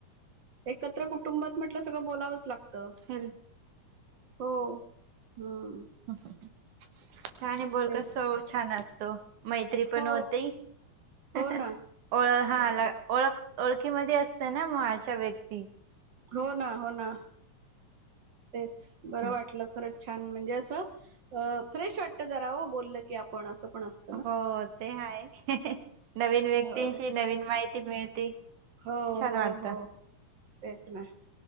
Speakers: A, on the right; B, on the right.
A: एकत्र कुटुंबात म्हटलं सगळं बोलावंच लाग् तर
B: हेल
A: हो हम्म.
B: हं हं हं छाने बोल
A: तेच
B: कसं व छान असतं. मैत्री पण
A: हो,
B: होते,
A: हो
B: ह ह
A: ना.
B: ओळ
A: बरोबर.
B: हा ओळख ओळखी मध्ये असतय ना म अशा व्यक्ती.
A: हो ना हो ना तेच बरं
B: हं.
A: वाटलं खरंच् छान म्हणजे असं अ फ्रेश वाटतं जरा ओ, बोललं की आपण असं कुणाचं-
B: हो, ते हाय <inaudible> नवीन व्यक्तींची
A: होय
B: नवीन माहिती मिळते.
A: हो
B: छान
A: हो
B: वाटत
A: हो तेच ना.